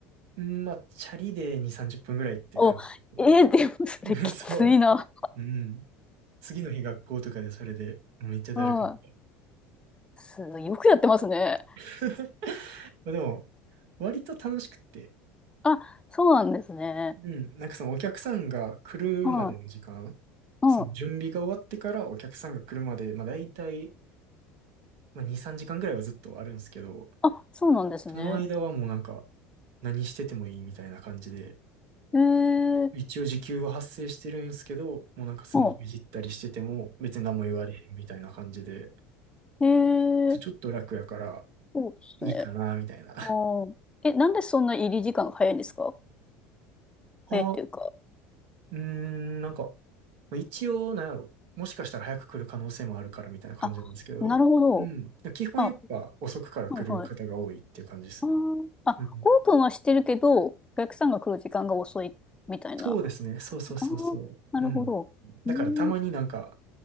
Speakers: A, on the right; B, on the left.
A: うんまあ、チャリで2、30分ぐらいっていう感じだけ
B: お、ええでもそれきついな。
A: ど。<laughs> そう。うん。次の日学校とかでそれでめっちゃだるくなった。
B: はい。すごいよくやってますね。
A: <laughs> まあでも、割と楽しくって、
B: あ、そうなんですね。
A: うん、なんかそのお客さんが来るまでの時間、
B: はい。うん。
A: その準備が終わってからお客さんが来るまで、まあ大体、まあ2、3時間ぐらいはずっとあるんですけど、
B: あ、そうなんですね。
A: その間はもうなんか何しててもいいみたいな感じで、
B: ええー。
A: 一応時給は発生してるんですけど、もうなんかスマホいじったりしてても別に何も言われへんみたいな感じで、
B: お、ええー。
A: ちょっと楽やから
B: そうですね。
A: いいかなみたいな。<laughs>
B: うえ、なんでそんな入り時間が早いんですか
A: ああ
B: 早いっていうか。
A: うーん、なんか、まあ一応、なんやろ。もしかしたら早く来る可能性もあるからみたいな感じなんですけど、
B: あ、なるほど。
A: うん。基本やっぱ遅くから来る方が多いっていう感じですね。
B: あ、はいはい。あー、あ、
A: うん。
B: オープンはしてるけど、お客さんが来る時間が遅いみたいな。
A: そうですね。そうそうそうそう。
B: あー、なるほど。
A: うん。だからたまになんか、
B: うーん。